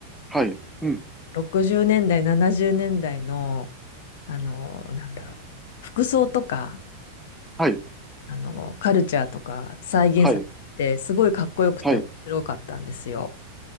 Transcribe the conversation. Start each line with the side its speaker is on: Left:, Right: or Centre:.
Centre: はい。うん。
Left: 60年代、70年代の、あの、なんだろう、服装とか、
Centre: はい。
Left: あの、カルチャーとか再現されてて、
Centre: はい。
Left: すごいかっこよくて面白かったんですよ。
Centre: はい。